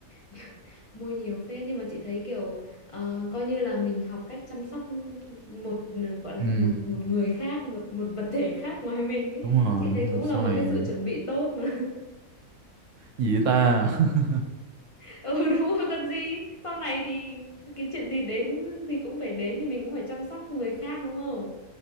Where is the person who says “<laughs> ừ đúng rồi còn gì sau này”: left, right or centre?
Left